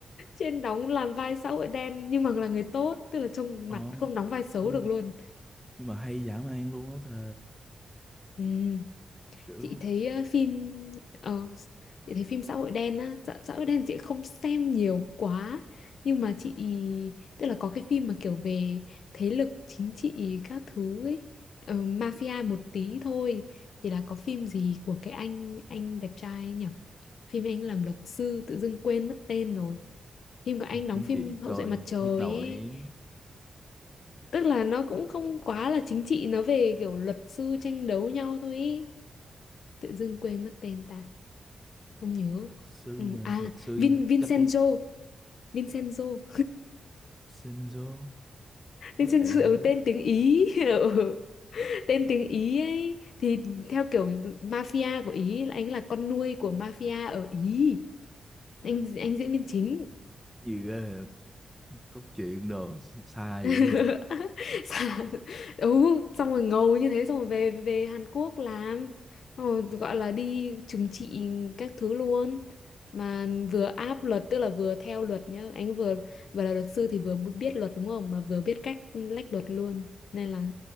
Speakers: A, on the left; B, in the centre.
A: chuyên đóng làm vai xã hội đen nhưng mà là người tốt tức là trông
B: ờ
A: mặt không đóng vai xấu
B: nhưng
A: được
B: mà
A: luôn
B: nhưng mà hay dã man luôn á thề
A: Ừm,
B: kiểu
A: Chị thấy ờ, phim ờ, chị thấy phim xã hội đen á, xã, xã hội đen chị không xem nhiều quá nhưng mà chị tức là có cái phim mà kiểu về thế lực chính trị các thứ ấy, ờ, mafia một tí thôi thì là có phim gì của cái anh anh đẹp trai ấy nhỉ? Phim anh làm luật sư tự dưng quên mất tên rồi. Phim của anh
B: phim
A: đóng
B: chính
A: phim
B: trị
A: Hậu
B: coi
A: duệ mặt trời
B: nhức đầu
A: ấy.
B: lắm
A: Tức là nó cũng không quá là chính trị nó về kiểu luật sư tranh đấu nhau thôi ý tự dưng quên mất tên ta không nhớ
B: luật sư
A: ừ,
B: hả?
A: à
B: luật sư
A: Vin
B: cho nó
A: Vincenzo
B: chắc lắm
A: Vincenzo
B: Shinzo
A: <laughs>
B: what
A: Vincenzo
B: the hell
A: ừ, tên tiếng Ý <laughs> Ừ, tên tiếng Ý ấy thì theo kiểu mafia của Ý là anh là con nuôi của mafia ở Ý anh anh diễn viên chính
B: gì ghê vậy? cốt truyện đồ xa
A: <laughs>
B: dữ rồi
A: Sàn. ừ xong rồi ngầu như thế xong rồi về về Hàn Quốc làm xong rồi gọi là đi trừng trị các thứ luôn mà vừa áp luật tức là vừa theo luật nhá anh vừa vừa là luật sư thì vừa biết luật đúng không mà vừa biết cách lách luật luôn nên là